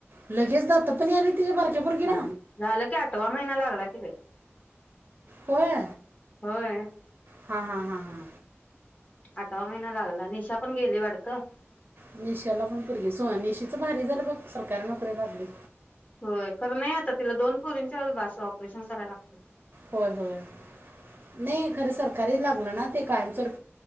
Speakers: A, on the right; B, on the left.
A: लगेच दातं पण याल्या तिज्या बारक्या पोरगीला.
B: हा झालं की आठवा महिना <unintelligible>
A: होय
B: होय.
A: हां हां हां हां
B: आटवा महिना लागला, निशा पण गेली वाडतं.
A: निशाला पण पोरगी सोअ, निशिचं भारी झालं बघ सरकारी नोकरी लागली.
B: होय, खरं नाय आता तिला दोन पोरींच्यावर बास ऑपरेशन कराय लागतंय.
A: होय होय, नई खरं सरकारी लागलं ना ते कायमस्वरू